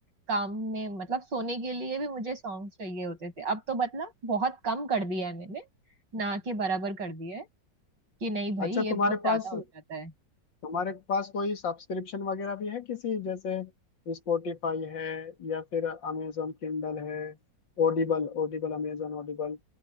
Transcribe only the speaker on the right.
काम में मतलब सोने के लिए भी मुझे सॉन्ग चाहिए होते थे अब तो मतलब बहुत कम कर दिया है मैंने ना के बराबर कर दिया है कि नहीं भाई
ये
बहुत ज्यादा
हो जाता है